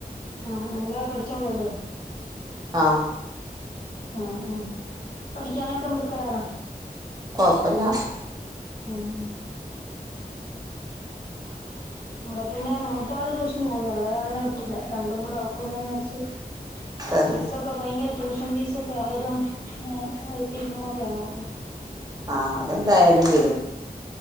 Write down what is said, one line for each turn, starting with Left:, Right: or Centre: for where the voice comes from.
Left: ആഹ് ആഹ് അല്ലാതെ പഠിച്ചോളൂല്ലേ
Right: ആഹ്
Left: ആഹ് ആഹ് പഠിക്കാനൊക്കെ മിടുക്കരാണോ
Right: കൊഴപ്പ ഇല്ല
Left: ഉം <inaudible> ഇവിടെ പിന്നെ മൂത്താള് ട്യൂഷന് പോന്ന് ഇളയാളിനെ വിട്ടില്ല രണ്ടും കൂടെ ഒക്കൂലാന്ന് വിചാരിച്ച്
Right: തന്നെ
Left: ഫീസൊക്കെ ഭയങ്കര ട്യൂഷൻ ഫീസ് ഒക്കെ ആയിരം ആഹ്‌ ആയിരത്തി ഇരുന്നൂറൊക്കെ ആണോ
Right: ആഹ് അതെന്തായാലും വരും.